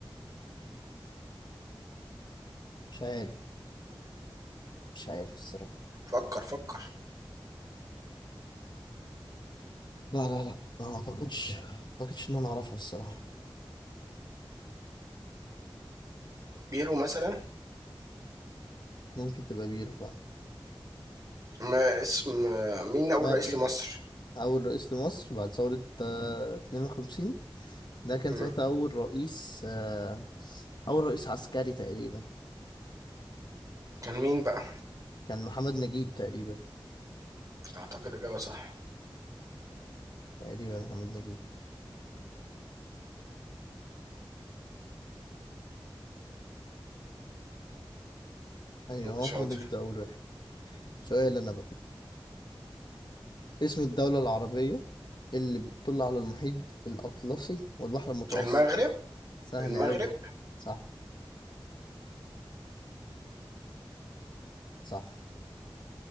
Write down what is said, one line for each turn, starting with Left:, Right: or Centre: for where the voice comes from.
Left: مش عارف مش عارف الصراحة
Right: فكر فكر
Left: لا لا لا ما أعتقدش ما أعتقدش إن أنا أعرفها الصراحة
Right: بيرو مثلا
Left: ممكن تبقى بيرو فعلا
Right: ما اسم مين اول
Left: ما
Right: رئيس
Left: إيه؟
Right: لمصر
Left: أول رئيس لمصر بعد ثورة آه، 52 ده كان
Right: امم
Left: ساعتها أول رئيس آه، أول رئيس عسكري تقريبا
Right: كان مين بقى
Left: كان محمد نجيب تقريبا
Right: اعتقد اجابة صح
Left: تقريبا محمد نجيب أيوه هو
Right: شاطر
Left: محمد نجيب ده أول واحد سؤال أنا بقى اسم الدولة العربية اللي بتطل على المحيط الأطلسي والبحر المتوسط
Right: المغرب
Left: سهل
Right: المغرب
Left: أوي صح صح